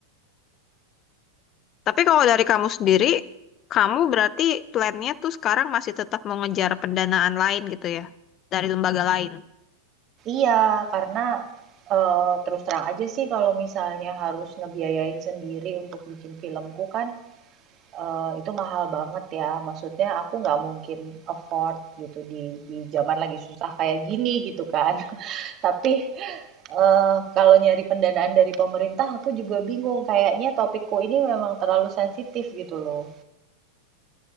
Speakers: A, on the left; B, on the right.
A: Tapi kalau dari kamu sendiri, kamu berarti plannya tuh sekarang masih tetap mau ngejar pendanaan lain gitu ya, dari lembaga lain.
B: Iya, karena eh, terus terang aja sih kalau misalnya harus ngebiayain sendiri untuk bikin filmku kan eh, itu mahal banget ya. Maksudnya aku nggak mungkin afford gitu di di zaman lagi susah kayak gini gitu kan. <laughs> Tapi eh, kalau nyari pendanaan dari pemerintah aku juga bingung. Kayaknya topikku ini memang terlalu sensitif gitu loh.